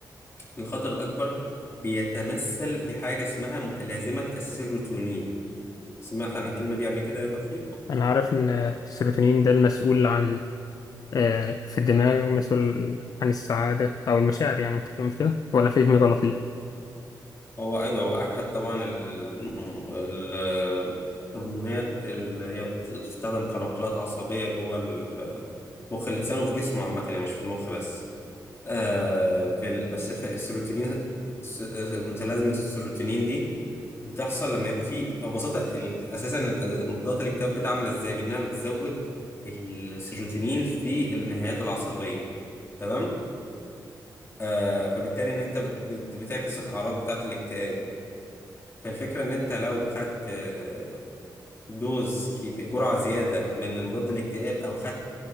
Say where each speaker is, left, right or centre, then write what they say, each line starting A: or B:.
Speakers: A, on the left (about 35°); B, on the left (about 55°).
A: الخطر الأكبر بيتمثل في حاجة اسمها متلازمة السيروتونين سمعت عن الكلمة دي قبل كده يا توفيق؟
B: انا عارف ان آه، السيروتونين ده المسؤول عن آه، في الدماغ ومسؤول عن السعاده او المشاعر يعني مش كده ولا فهمي غلط
A: هو ايوه هو احد طبعا ال- ال- الهرمونات اللي هي بت- بتستخدم كناقلات عصبيه جوه ال- مخ الانسان وفي جسمه عامه يعني مش في المخ بس آه في ال... بس الف... السيروتونين س- متلازمه السيروتونين دي بتحصل لما يبقى في او ببساطه ال... اساسا ال- مضادات الاكتئاب بتعمل ازاي بانها بتزود السيروتونين في النهايات العصبيه تمام آه فبالتالي ان انت بت... بت... بتعكس الاعراض بتاعه الاكتئاب فالفكرة إن أنت لو خدت آه، دوز كبي- جرعة زيادة من مضاد الاكتئاب أو خدت